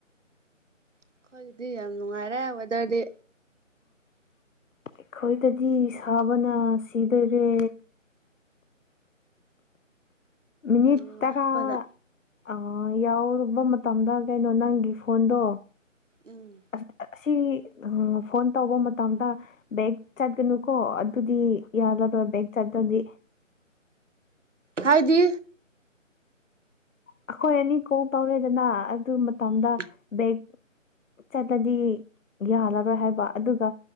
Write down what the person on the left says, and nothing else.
ꯑꯩꯈꯣꯏꯗꯗꯤ ꯁꯥꯕꯅ ꯁꯤꯗꯣꯏꯔꯦ ꯃꯤꯅꯤꯠ
ꯇꯔꯥ
ꯑ ꯌꯥꯎꯔꯨꯕ ꯃꯇꯝꯗ ꯀꯩꯅꯣ ꯅꯪꯒꯤ ꯐꯣꯟꯗꯣ
ꯑꯁꯤ ꯁꯤ ꯎꯝ ꯐꯣꯟ ꯇꯧꯕ ꯃꯇꯝꯗ ꯕꯦꯛ ꯆꯠꯀꯅꯨꯀꯣ ꯑꯗꯨꯗꯤ ꯌꯥꯔꯔꯣꯏ ꯕꯦꯒ ꯆꯠꯇ꯭ꯔꯗꯤ
ꯑꯩꯈꯣꯏ ꯑꯅꯤ ꯀꯣꯜ ꯇꯧꯔꯦꯗꯅ ꯃꯇꯝꯗ
ꯕꯦꯛ ꯆꯠꯂꯗꯤ ꯌꯥꯂꯔꯣꯏ ꯍꯥꯏꯕ ꯑꯗꯨꯒ